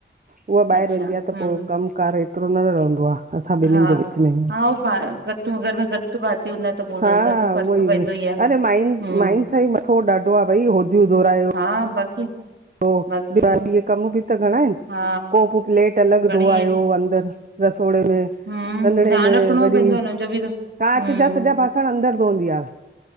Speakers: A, on the right; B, on the right.
A: उहा ॿाहिरि
B: अच्छा
A: वेंदी आहे त
B: हम्म
A: पोइ कम कार पर एतिरो न रहंदो आहे असां
B: हा
A: ॿि्नि जे विच में
B: हा उहो भा घटि घर में घटि भाती हूंदा त पोइ हुननि
A: हा
B: सां
A: हा
B: त फ़र्क़ु
A: उहोई
B: पवंदो
A: उहोई
B: ई आहे
A: अरे माइन
B: हम्म
A: माइन सां ई मथो ॾाढो आहे भई जो दोरयो
B: हा बाक़ी
A: पोइ
B: बाक़ी
A: ॿिया ॾीहं कम बि त घणा आहिनि
B: हा
A: कोप प्लेट अलॻि
B: घणेई
A: धोआयो
B: आहिनि
A: अंदर रसोड़े में
B: हम्म
A: रंधिणे
B: ध्यानु
A: में
B: रखिणो
A: वरी
B: पवंदो हुननि जो बि त।
A: कांच
B: हम्म
A: जा सॼा बासण अंदर धोअंदी आ